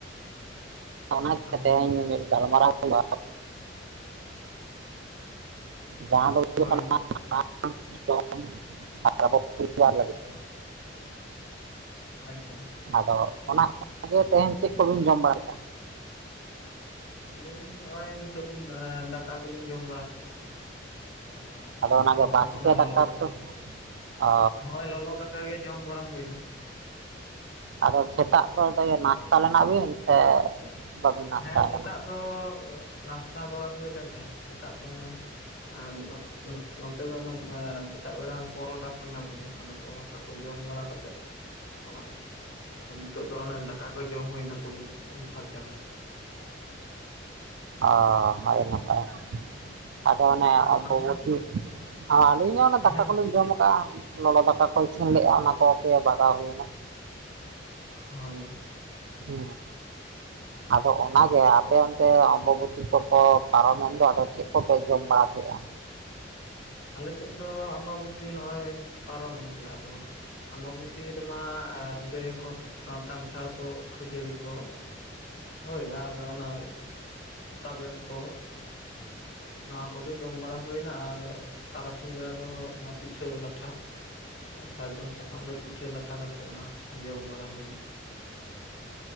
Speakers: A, on the right; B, on the left.
A: ᱚᱱᱟ ᱜᱮ
B: ᱦᱳᱭ
A: ᱛᱮᱦᱮᱧ ᱢᱤᱫ ᱜᱟᱞᱢᱟᱨᱟᱣ ᱦᱩᱭᱩᱜᱼᱟ ᱡᱟᱦᱟᱸ ᱫᱚ ᱦᱩᱭᱩᱜ
B: ᱦᱳᱭ
A: ᱠᱟᱱᱟ ᱟ ᱡᱚᱢ ᱟᱵᱚ ᱠᱚ‌ ᱞᱟᱹᱜᱤᱫ <inaudible>
B: ᱟᱪᱪᱷᱟ
A: ᱟᱫᱚ ᱚᱱᱟ ᱜᱮ ᱛᱮᱦᱮᱧ ᱪᱮᱫ ᱠᱚᱵᱮᱱ ᱡᱚᱢ ᱵᱟᱲᱟᱭᱮᱫᱼᱟ?
B: ᱟᱹᱞᱤᱧ ᱱᱚᱜᱼᱚᱭ ᱱᱤᱛᱚᱜ ᱫᱟᱠᱟ ᱠᱚᱞᱤᱧ ᱡᱚᱢ ᱵᱟᱲᱟ ᱠᱮᱫᱼᱟ ᱟᱫᱚ
A: ᱚᱱᱟᱜᱮ
B: ᱨᱚᱦᱚ
A: ᱵᱟᱥᱠᱮ
B: ᱦᱚᱸ ᱚᱱᱟ ᱞᱚᱞᱚ ᱫᱟᱠᱟ
A: ᱠᱚ ᱚ
B: ᱦᱚᱸᱜᱼᱚᱭ ᱞᱚᱞᱚ ᱫᱟᱠᱟ ᱚᱱᱠᱟ ᱜᱮ ᱡᱚᱢ ᱵᱟᱲᱟ ᱦᱩᱭᱱᱟ
A: ᱟᱫᱚ ᱥᱮᱛᱟᱜ ᱫᱚ ᱱᱟᱥᱛᱟ ᱞᱮᱱᱟ ᱵᱮᱱ ᱥᱮ? ᱵᱟᱹᱵᱤᱱ ᱱᱟᱥᱛᱟ
B: ᱦᱮᱸ
A: ᱟᱠᱟᱱᱟ
B: ᱥᱮᱛᱟᱜ ᱫᱚ ᱱᱟᱥᱛᱟ ᱵᱟᱲᱟ ᱦᱩᱭ ᱞᱮᱱ ᱛᱟᱦᱮᱸᱫ ᱥᱮᱛᱟᱜ ᱫᱚ ᱮᱱᱟᱱ ᱱᱚᱛᱮ ᱱᱚ ᱱᱚᱛᱮ ᱫᱚ ᱚᱱᱟ ᱥᱮᱛᱟᱜ ᱵᱮᱲᱟ ᱯᱚᱨᱚᱴᱷᱟ ᱠᱚ ᱧᱟᱢᱚᱜ ᱜᱮᱭᱟ ᱟᱫᱚ ᱯᱚᱨᱚᱴᱷᱟ ᱠᱚ ᱡᱚᱢ ᱵᱟᱲᱟ ᱠᱟᱛᱮᱜ᱾ ᱦᱚᱸᱼᱚᱭ ᱟᱫᱚ ᱱᱤᱛᱚᱜ ᱫᱚ ᱚᱱᱮ ᱫᱟᱠᱟ ᱠᱚ ᱡᱚᱢ ᱦᱩᱭᱱᱟ ᱦᱩᱛᱩᱢ ᱩᱢ ᱯᱷᱟᱨᱪᱟ ᱠᱟᱛᱮᱜ᱾
A: ᱚ ᱟᱦᱚ ᱱᱟᱯᱟᱭ᱾ ᱟᱫᱚ ᱚᱱᱮ
B: ᱟᱨ
A: ᱚᱢᱵᱚᱵᱚᱛᱤ
B: ᱟᱵᱮᱱ
A: ᱟᱹᱞᱤᱧ ᱦᱚᱸ ᱚᱱᱮ ᱫᱟᱠᱟ
B: ᱦᱮᱸ
A: ᱠᱚᱞᱤᱧ ᱡᱚᱢ ᱟᱠᱟᱜᱼᱟ᱾ ᱞᱚᱞᱚ ᱫᱟᱠᱟ ᱠᱚ ᱤᱥᱤᱱ ᱞᱮᱫᱼᱟ ᱚᱱᱟ ᱠᱚ ᱵᱟᱜᱟᱣ ᱦᱩᱭᱮᱱᱟ᱾
B: ᱦᱳᱭ
A: ᱦ ᱟᱫᱚ ᱚᱱᱟᱜᱮ ᱟᱯᱮ ᱚᱱᱛᱮ ᱚᱢᱵᱚᱵᱚᱛᱤ ᱠᱚᱠᱚ ᱯᱟᱨᱚᱢᱮᱱ ᱫᱚ ᱟᱫᱚ ᱪᱮᱫ ᱠᱚᱯᱮ ᱡᱚᱢ ᱵᱟᱲᱟ ᱠᱮᱫᱼᱟ?
B: ᱟᱞᱮᱥᱮᱫ ᱫᱚ ᱟᱢᱵᱟᱵᱚᱛᱤ ᱱᱚᱜᱼᱚᱭ ᱯᱟᱨᱚᱢᱮᱱ ᱜᱮᱭᱟ ᱟᱫᱚ᱾ ᱟᱢᱵᱟᱵᱚᱛᱤ ᱨᱮᱢᱟ ᱞᱟᱹᱭ ᱟᱠᱚ ᱱᱚᱣᱟ ᱠᱟᱱᱴᱷᱟᱲ ᱠᱚ ᱠᱷᱟᱹᱡᱟᱹᱲᱤ ᱠᱚ᱾ ᱦᱳᱭ ᱟᱨ ᱚᱱᱟ ᱛᱟᱵᱮᱱ ᱠᱚ᱾ ᱱᱚᱣᱟ ᱠᱚᱜᱮ ᱡᱚᱢ ᱵᱟᱲᱟ ᱦᱩᱭᱱᱟ ᱟᱨ ᱛᱟᱨᱟᱥᱤᱧ ᱵᱮᱲᱟ ᱫᱚ ᱱᱚᱣᱟ ᱯᱤᱴᱷᱟᱹ ᱞᱟᱴᱷᱟ᱾ ᱥᱟᱨᱡᱚᱢ ᱥᱟᱠᱟᱢ ᱨᱮ ᱯᱤᱴᱷᱟᱹ ᱞᱟᱴᱷᱟ ᱠᱟᱛᱮᱜ ᱚᱱᱟ ᱡᱚᱢ ᱵᱟᱲᱟ ᱦᱩᱭᱱᱟ᱾